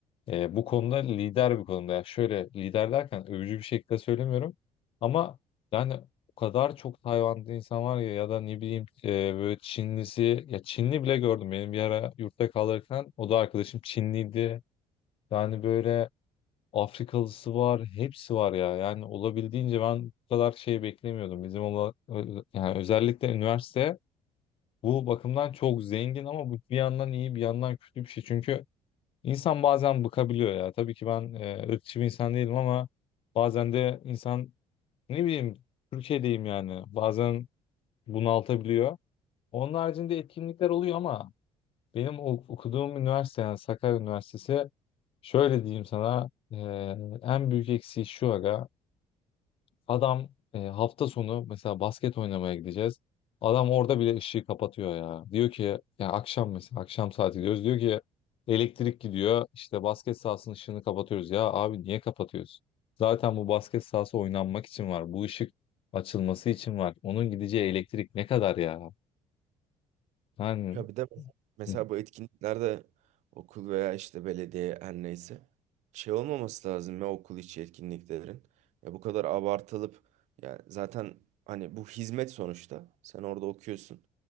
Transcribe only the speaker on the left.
E, bu konuda lider bir konuda. Yani şöyle lider derken övücü bir şekilde söylemiyorum. Ama yani o kadar çok Tayvan'da insan var ya ya da ne bileyim e, böyle Çinlisi ya Çinli bile gördüm. Benim bir ara yurtta kalırken o da arkadaşım Çinliydi. Yani böyle Afrikalısı var, hepsi var ya. Yani olabildiğince ben bu kadar şey beklemiyordum. Bizim ola, ö- yani özellikle üniversite bu bakımdan çok zengin ama bu bir yandan iyi bir yandan kötü bir şey. Çünkü İnsan bazen bıkabiliyor ya. Tabii ki ben e, ırkçı bir insan değilim ama bazen de insan ne bileyim Türkiye'deyim yani. Bazen bunaltabiliyor. Onun haricinde etkinlikler oluyor ama benim o- okuduğum üniversite yani Sakarya Üniversitesi şöyle diyeyim sana e, en büyük eksiği şu aga. Adam e, hafta sonu mesela basket oynamaya gideceğiz. Adam orada bile ışığı kapatıyor ya. Diyor ki yani akşam mesela akşam saati diyoruz. Diyor ki elektrik gidiyor. İşte basket sahasının ışığını kapatıyoruz. Ya abi niye kapatıyoruz? Zaten bu basket sahası oynanmak için var. Bu ışık açılması için var. Onun gideceği elektrik ne kadar ya? Yani
hı,